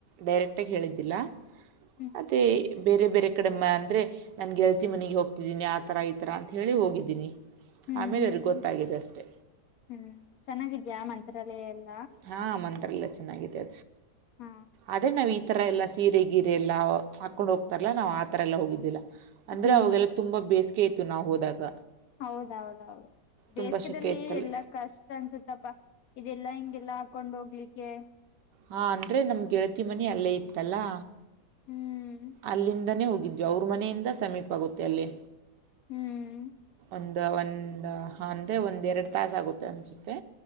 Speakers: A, on the right (about 80°); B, on the left (about 65°).
A: ಡೈರೆಕ್ಟಾಗಿ ಹೇಳಿದ್ದಿಲ್ಲ
B: ಹ್ಮ್
A: ಅ ಬೇರೆ ಬೇರೆ ಕಡೆ ಅಂದರೆ ನಾನು ಗೆಳತಿ ಮನೆಗೆ ಹೋಗ್ತಿದ್ದೀನಿ ಆ ಥರ ಈ ಥರ ಅಂತ ಹೇಳಿ ಹೋಗಿದ್ದೀನಿ
B: ಹ್ಮ್
A: ಆಮೇಲೆ
B: ಹ್ಮ್
A: ಅವ್ರಿಗೆ ಗೊತ್ತಾಗಿದೆ ಅಷ್ಟೆ
B: ಹ್ಮ್ ಚೆನ್ನಾಗಿದ್ದ ಯ ಮಂತ್ರಾಲಯಲ್ಲ
A: ಹಾ ಮಂತ್ರಾಲಯ ನ್ನತೆ
B: ಹ
A: ಅದೇ ನಾವ್ ಈ ತರ ಎಲ್ಲಾ ಸೀರೆಗೆ ಗಿರೆ ಎಲ್ಲ ಹಾಕೊಂಡ್ ಹೋಗ್ತಾರಲ್ಲಾ ನಾವ್ ಆತರ ಎಲ್ಲ ಹೋಗಿದ್ದಿಲ್ಲ ಅಂದ್ರೆ
B: ಹ್ಮ್
A: ಅವೆಲ್ಲ ತುಂಬ ಬೇಸ ಕೇತು ನಾವು ಹೋದಾಗ
B: ಹೌದ-ಹೌದ-ಹೌದು ಬೇಸಿಗೆದಲ್ಲಿ
A: ತುಂಬ ಸೆಕೆ ಇತ್ತಲ್ಲ
B: ಎಲ್ಲ ಕಷ್ಟ ಅನಸುತ್ತಪ್ಪಾ ಇದು ಎಲ್ಲಾ ಹಿಂಗ ಎಲ್ಲಾ ಹಾಕೊಂಡ್ ಹೋಗಲಿಕ್ಕೆ
A: ಹಾ ಅಂದ್ರೆ ನಮ್ದ್ ಗೆಳತಿ ಮನೆ ಅಲ್ಲೇ ಇತ್ತಲ್ಲಾ
B: ಹ್ಮ್
A: ಅಲ್ಲಿಂದನೇ ಹೋಗ ಇದ್ವಿ ಅವರ ಮನೆಯಿಂದ ಸಮೀಪ ಆಗುತ್ತೆ ಅಲ್ಲಿ
B: ಹ್ಮ್
A: ಒಂದು ಒಂದ ಅಂದ್ರೆ ಒಂದ್ ಎರಡು ತಾಸ ಆಗುತ್ತೆ ಅನ್ಸುತ್ತೆ